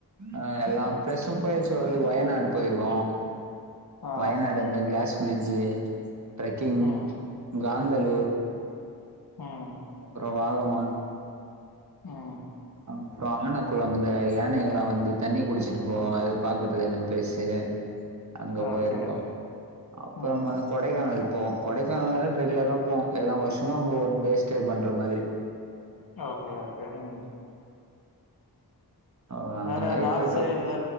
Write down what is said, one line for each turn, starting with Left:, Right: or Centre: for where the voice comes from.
Right: அ எல்லா பிளேஸு போயாச்சு ஓரளவுக்கு வயநாடு போயிருக்கோ
Left: ஆ,
Right: வயநாடுந்த க்ளாஸ் பிரி்ஜு டிரெக்கிங்
Left: ம்,
Right: காந்தலூர்
Left: ம்
Right: அப்புற வாகமான்
Left: ம்.
Right: அப்புறம் ஆனக்குளம் இந்த யானைகள் எல்லா வந்து தண்ணி குடிச்சிட்டு போவோ அதுக்கு பாக்குறதுக்கான பிளேசு அங்க
Left: ஓகே,
Right: போயிருக்கோ அப்பறமா
Left: ம்.
Right: கொடைக்கானல் போம் கொடைக்கானல ரெகுலராக போவோ எல்லா வருஷமு அங்கே ஒன் டே ஸ்டே பண்ணுற மாதிரி
Left: ஓகே ஓகே ம்
Right: ஆ அந்த
Left: வேற
Right: மாரி
Left: நார்த்
Right: போயிட்டு
Left: சைடுல
Right: வரோ